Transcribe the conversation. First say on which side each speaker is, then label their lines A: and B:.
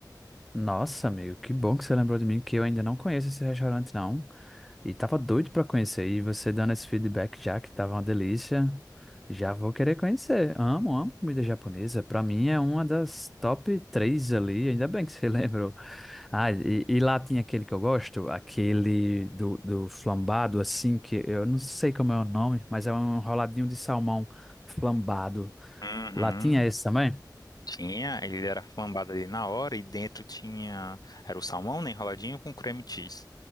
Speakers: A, in the centre; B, on the left.
A: Nossa, amigo, que bom que você lembrou de mim, que eu ainda não conheço esse restaurante, não. E tava doido pra conhecer. E você dando esse feedback já, que tava uma delícia, já vou querer conhecer. Amo, amo comida japonesa. Pra mim é uma das top três ali. Ainda bem que você <laughs> lembrou. Ah, e, e lá tinha aquele que eu gosto, aquele do, do flambado, assim, que eu não sei como é o nome, mas é um enroladinho de salmão flambado.
B: Uhum.
A: Lá tinha esse também?
B: Tinha, ele era flambado ali na hora e dentro tinha, era o salmão, né, enroladinho com creme cheese.